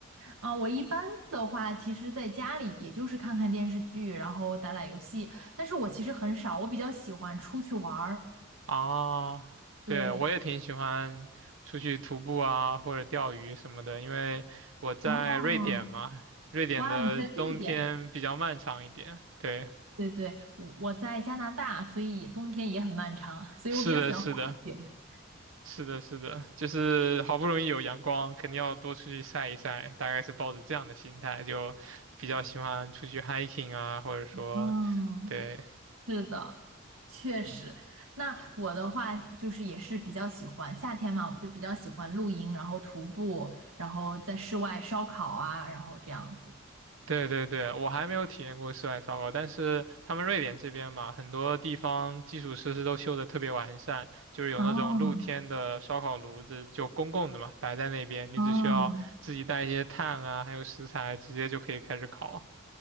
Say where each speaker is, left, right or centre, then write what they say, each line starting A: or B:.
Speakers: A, on the right; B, on the right.
A: 啊！我一般的话，其实在家里也就是看看电视剧，然后打打游戏，但是我其实很少，我比较喜欢出去玩儿。
B: 啊，对，
A: 对，
B: 我也挺喜欢出去徒步啊，或者钓鱼什么的，因为我在瑞典嘛，
A: 哦，
B: 瑞典的冬天比较漫长一点。
A: 哇，你在瑞典？
B: 对，
A: 对对，我我在加拿大，所以冬天也很漫长，所以我比较喜欢滑雪。
B: 是的，是的。是的，是的，就是好不容易有阳光，肯定要多出去晒一晒，大概是抱着这样的心态，就比较喜欢出去 hiking 啊，或者说，
A: 嗯，
B: 对，
A: 是的，确实。
B: 嗯，
A: 那我的话就是也是比较喜欢夏天嘛，我就比较喜欢露营，然后徒步，然后在室外烧烤啊，然后这样子。
B: 对对对，我还没有体验过室外烧烤，但是他们瑞典这边嘛，很多地方基础设施都修得特别完善，就是有那种露天的烧烤炉子，
A: 哦
B: 就公共的嘛，摆在那边，你只需要自己带一些炭啊，
A: 哦，
B: 还有食材，直接就可以开始烤。